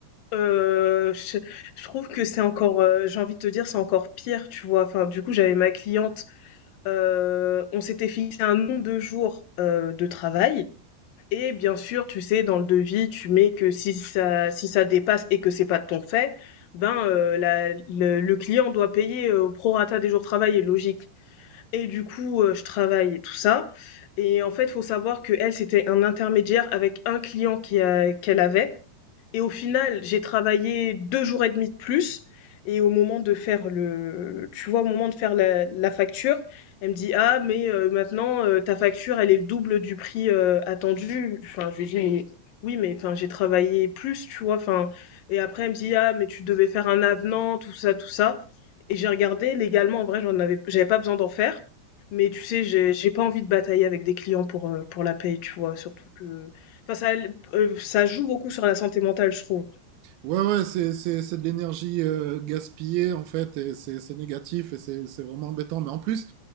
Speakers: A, on the left; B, on the right.
A: Heu, je je trouve que c'est encore, heu, j'ai envie de te dire, c'est encore pire, tu vois? Enfin, du coup, j'avais ma cliente, heu, on s'était fixé un nombre de jours, heu, de travail et bien sûr, tu sais, dans le devis, tu mets que si ça si ça dépasse et que c'est pas de ton fait, ben, heu, la le le client doit payer, heu, au prorata des jours de travaillés, logique et du coup, heu, je travaille et tout ça et en fait, faut savoir que elle, c'était un intermédiaire avec un client qui a qu'elle avait et au final, j'ai travaillé 2 jours et demi de plus et au moment de faire le tu vois, au moment de faire la la facture, elle me dit: «Ah mais heu, maintenant, heu, ta facture, elle est le double du prix, heu, attendu». Enfin, je lui dis: «Mais oui, mais enfin, j'ai travaillé plus», tu vois? Enfin et après, elle me dit: «Ah mais tu devais faire un avenant, tout ça, tout ça» et j'ai regardé, légalement, en vrai, j'en avais j'avais pas besoin d'en faire, mais tu sais, j'ai j'ai pas envie de batailler avec des clients pour, heu, pour la paye, tu vois? Surtout que Enfin, ça l ça joue beaucoup sur la santé mentale, je trouve.
B: Ouais, ouais, c'est c'est- c'est de l'énergie euh, gaspillée en fait, et c'est c'est négatif et c'est c'est vraiment embêtant. Mais en plus,